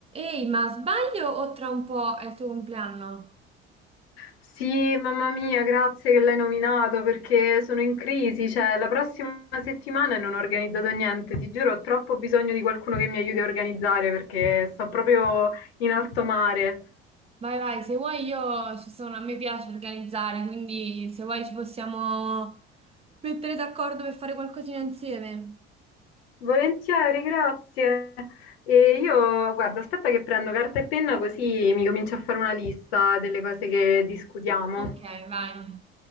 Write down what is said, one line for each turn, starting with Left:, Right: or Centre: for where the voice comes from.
Right: Ehi, ma sbaglio o tra un po' è il tuo compleanno?
Left: Sì, mamma mia, grazie che l'hai nominato perché sono in crisi, cioè la prossima settimana non ho organizzato niente, ti giuro, ho troppo bisogno di qualcuno che mi aiuti a organizzare perché sto proprio in alto mare.
Right: Vai, vai, se vuoi io ci sono, a me piace organizzare, quindi se vuoi ci possiamo mettere d'accordo per fare qualcosina insieme.
Left: Volentieri, grazie. E io, guarda, aspetta che prendo carta e penna così mi comincio a fare una lista delle cose che discutiamo.
Right: Ok, vai.